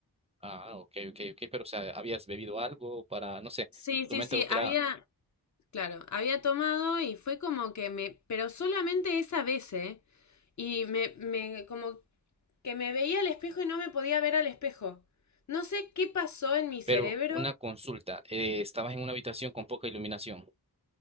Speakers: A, on the right; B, on the left.
A: Ah, ok, ok, ok, pero o sea, ¿habías bebido algo para, no sé,
B: Sí,
A: tu
B: sí,
A: mente
B: sí,
A: adulterada?
B: había, claro, había tomado y fue como que me, pero solamente esa vez, ¿eh? Y me, me, como que me veía al espejo y no me podía ver al espejo. No sé qué pasó en mi cerebro.
A: Pero una consulta, eh, ¿estabas en una habitación con poca iluminación?